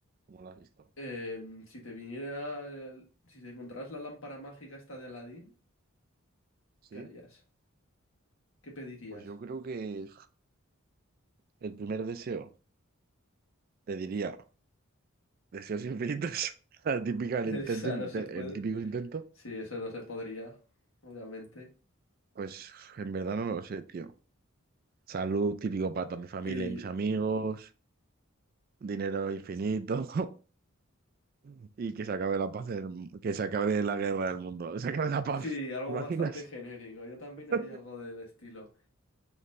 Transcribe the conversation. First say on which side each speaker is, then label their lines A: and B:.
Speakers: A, on the right; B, on the left.
A: ¿Cómo la has visto?
B: em, si te viniera. el- Si te encontraras la lámpara mágica esta de Aladín,
A: Sí.
B: ¿qué harías? ¿Qué pedirías?
A: Pues yo creo que el primer deseo, te diría, deseos infinitos. <laughs> La típica,
B: <laughs>
A: el
B: Esa
A: intento,
B: no se puede.
A: el típico intento.
B: Sí, eso no se podría, obviamente.
A: Pues en verdad no lo sé, tío. Salud típico para toda mi familia
B: Sí,
A: y mis amigos, dinero infinito <laughs> y que se acabe la paz, del- que se acabe la guerra del mundo, que se acabe la paz,
B: Sí, algo
A: ¿te imaginas?
B: bastante genérico. Yo también
A: <laughs>
B: haría algo del estilo.